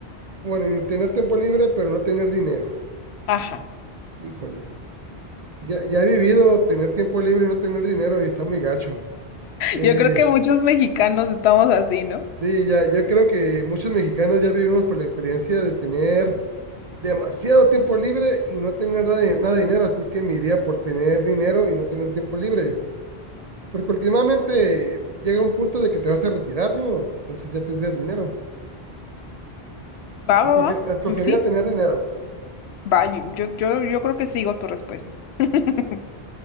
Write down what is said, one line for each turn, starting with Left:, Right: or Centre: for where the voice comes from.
Right: bueno, y tener tiempo libre, pero no tener dinero.
Left: Ajá.
Right: Híjole, ya, ya he vivido tener tiempo libre y no tener dinero y está muy gacho. Eh,
Left: Yo creo que muchos mexicanos estamos así, ¿no?
Right: sí, ya, yo creo que muchos mexicanos ya vivimos por la experiencia de tener demasiado tiempo libre y no tener nada de, nada de dinero, así que me iría por tener dinero y no tener tiempo libre. Porque últimamente llega un punto de que te vas a retirar, ¿no? Entonces ya tendrías dinero.
Left: Va,
Right: Escoge-
Left: va, va.
Right: escogería
Left: Mm, Sí,
Right: tener dinero.
Left: va. Yo, yo, yo yo creo que sigo tu respuesta. <laughs>